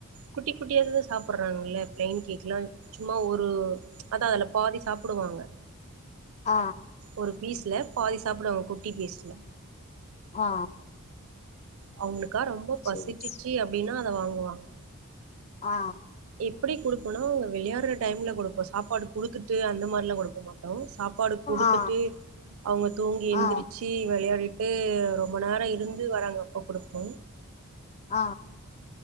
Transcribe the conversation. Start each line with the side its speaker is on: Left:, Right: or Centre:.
Right: குட்டி குட்டிவாது தான் சாப்பிட்றாங்க பிளைன் கேக்லாம் சும்மா ஒரு அதா அதுல பாதி சாப்பிடுவாங்க
Left: ஆ
Right: ஒரு பீஸில பாதி சாப்பிடுவாங்க குட்டி பீஸ்ல
Left: ஆ
Right: அவுங்களுக்கா ரொம்ப பசிட்டுச்சு
Left: சேரி சேரி
Right: அப்படின்னா அத வாங்குவாங்க
Left: ஆ
Right: எப்படி குடுப்போன்னா அவுங்க விளையாடுற டைம்ல குடுப்போ சாப்பாடு குடுத்துட்டு அந்த மாரில்லா குடுக்க மாட்டோ சாப்பாடு குடுத்துட்டு
Left: ஆ
Right: அவங்க தூங்கி எந்திரிச்சு
Left: ஆ ஆ
Right: விளையாடிட்டு ரொம்ப நேரோ இருந்து வராங்க அப்ப குடுப்போ
Left: ஆ